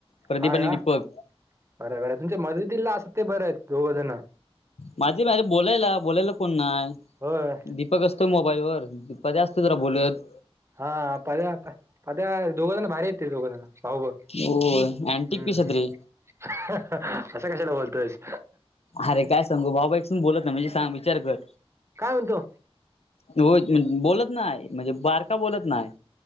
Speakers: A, on the left; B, on the right.
A: प्रदीप
B: हा या
A: आणि दीपक
B: बर बरं आहे, तुमच्या मदतीला असत ते बरं आहेत दोघ जण.
A: माझी बोलायला, बोलायला कोण नाही.
B: होय
A: फकस्त मोबाईल वर, पध्या असत जरा बोलत
B: हा पद्या, पद्या दोघंजण भारी येते दोघंजण भाऊ भाऊ.
A: होय, आंटिक
B: हम्म
A: पिसत रे.
B: असं कशाला बोलतोयस?
A: अरे काय सांगू भाऊ भाऊ एक असून बोलत नाही. म्हणजे सांग विचार कर.
B: काय म्हणतो?
A: हो बोलत नाही म्हणजे बारका बोलत नाही.